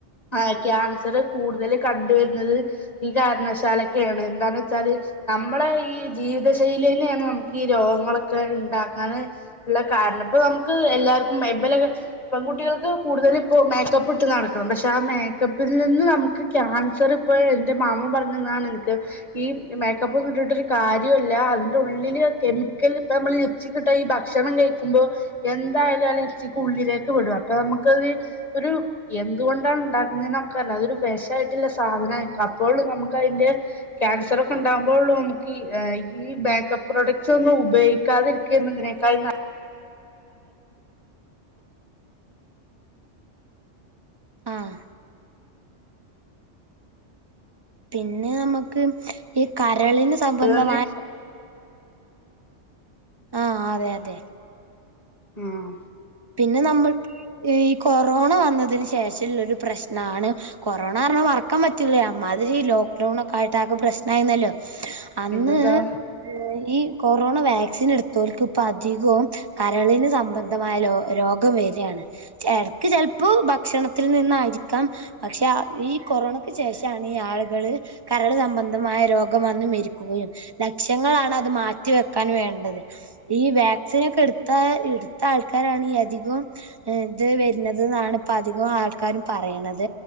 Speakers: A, on the left; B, on the right.
A: ആഹ് ക്യാൻസറ് കൂടുതല് കണ്ടു വെരുന്നത് ഈ കാരണവശാലക്കെണ് എന്താന്ന്ച്ചാല് നമ്മളെ ഈ ജീവിത ശൈലിന്നെണ് നമുക്കീ രോഗങ്ങളൊക്കെ ണ്ടാക്കാന് ഇള്ള കാരണം ഇപ്പൊ നമുക്ക് എല്ലാവർക്കും ഉം ഇബലക്കെ പെൺ കുട്ടികൾക്ക് കൂടുതലിപ്പോ മേക്കപ്പ് ഇട്ട് നടക്കണം പക്ഷെ ആ മേക്കപ്പിൽ നിന്ന് നമുക്ക് ക്യാൻസർ ഇപ്പയെ എന്റെ മാമൻ പറഞ് തന്നാതാണ് എനിക്ക് ഈ മേക്കപ്പ് ഒന്നും ഇട്ടിട്ടൊരു കാര്യൂല്ല അതിന്റെ ഉള്ളില് കെമിക്കൽ ഇപ്പൊ നമ്മൾ ലി ലിപ്സ്റ്റിക്കിട്ട് ഈ ഭക്ഷണം കഴിക്കുമ്പോ എന്തായാലും ആ ലിപ്സ്റ്റിക്ക് ഉള്ളിലേക്ക് വിടും അപ്പൊ നമുക്കത് ഒരു എന്തുകൊണ്ടാണ് ഇണ്ടാക്കുന്നേന്ന് നമുക്കറിയില്ല അതൊരു വെഷായിട്ടില്ല സാധന അപ്പോളും നമുക്കതിന്റെ ക്യാൻസർ ഒക്കെ ഇണ്ടാവുമ്പോളൊള്ളൂ നമുക്ക് ഈ മേക്കപ്പ് പ്രൊഡക്റ്റ്സ് ഒന്നും ഉപയോഗിക്ക ക്കാതിരിക്കേരുന്നു ഇതിനേക്കാളും നല്ലത്
B: ആഹ് പിന്നെ നമുക്ക് ഈ കരളിന് സംബന്ധമായ
A: നല്ലതെന്ന്
B: ആഹ് അതെ അതെ
A: ആഹ്
B: പിന്നെ നമ്മൾക്ക് ഈ കൊറോണ വന്നതിന് ശേഷമുള്ള ഒരു പ്രശ്നാണ് കൊറോണ പറഞ്ഞാ മറക്കാൻ പറ്റൂല അമ്മാതിരി ലോക്ക്ഡൌൺ ഒക്കെ ആയിട്ട് ആകെ പ്രശ്നായിന്നല്ലോ? അന്ന്
A: പിന്നെന്താ
B: ഏഹ് ഈ കൊറോണ വാക്സിൻ എടുത്തോൽക് ഇപ്പൊ അധികവും കരളിന് സംബന്ധമായാ രോഗ രോഗം വെരാണ് ചെലർക്ക് ചെലപ്പോ ഭക്ഷണത്തിൽ നിന്നായിരിക്കാം പക്ഷെ ഈ കൊറോണക്ക് ശേഷാണ് ഈ ആളുകള് കരള് സംബന്ധമായ രോഗം വന്ന് മരിക്കുകയും ലക്ഷങ്ങളാണ് അത് മാറ്റി വെക്കാൻ വേണ്ടത് ഈ വാക്സിനൊക്കെ ഇട്ത്ത ഇട്ത്താൾക്കാരാണ് ഏറ്റ അധികും ഏഹ് ഇത് വരുന്നത് ഇന്നാണ്പ്പ അധികം ആൾക്കാരും പറയിണത്